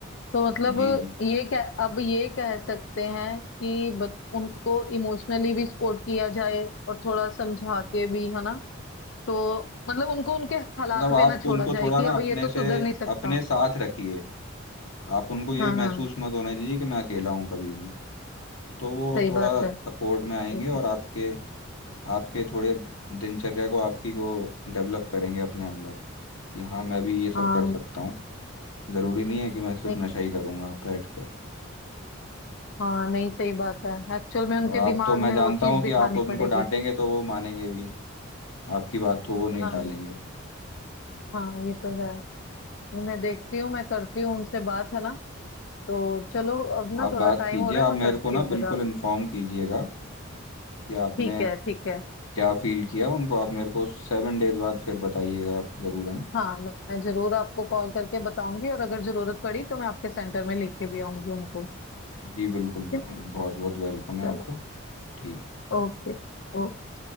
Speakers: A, on the left; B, on the left.
A: तो मतलब
B: जी जी
A: ये कह अब ये कह सकते हैं कि ब, उनको इमोशनली भी सपोर्ट किया जाए और थोड़ा समझा के भी है ना तो मतलब उनको उनके हालात
B: मतलब आप
A: पे ना छोड़ा
B: उनको
A: जाए
B: थोड़ा
A: कि
B: ना
A: अब
B: अपने
A: ये तो
B: से
A: सुधर नहीं सकता
B: अपने साथ रखिए आप उनको ये
A: हाँ
B: महसूस
A: हाँ
B: मत होने दीजिए कि मैं अकेला हूँ कभी भी तो वो
A: सही
B: थोड़ा
A: बात है
B: सपोर्ट
A: ठीक
B: में आएंगे और
A: है
B: आपके आपके थोड़े दिनचर्या को आपकी को डेवलप करेंगे अपने अंदर कि हाँ मैं भी ये सब
A: हाँ
B: कर सकता हूँ जरूरी नहीं है कि मैं सिर्फ
A: नहीं
B: नशा ही करूंगा बैठ कर
A: हाँ नहीं सही बात है एक्चुअल में उनके
B: आप
A: दिमाग
B: तो मैं
A: में
B: जानता
A: वो चीज
B: हूँ
A: बिठानी
B: कि आप उनको
A: पड़ेगी
B: डांटेंगे तो वो मानेंगे भी आपकी बात को वो नहीं
A: हाँ
B: टालेंगे
A: हाँ ये तो है मैं देखती हूँ मैं करती हूँ उनसे बात है ना तो चलो अब ना
B: आप
A: थोड़ा
B: बात
A: टाइम
B: कीजिए
A: हो रहा है
B: आप
A: मैं करती
B: मेरे को ना
A: हूँ फिर
B: बिल्कुल
A: आप
B: इन्फॉर्म कीजिएगा कि आपने
A: ठीक है ठीक है
B: क्या फील किया उनको आप मेरे को सेवन डेज बाद फिर बताइएगा आप जरूर है ना
A: हाँ मैं मैं जरूर आपको कॉल करके बताऊंगी और अगर जरूरत पड़ी तो मैं आपके सेंटर में लेके भी आऊंगी उनको
B: जी बिल्कुल
A: ठीक
B: बहुत
A: है
B: बहुत वेलकम है
A: चलो
B: आपका ठीक है
A: ओके ओके।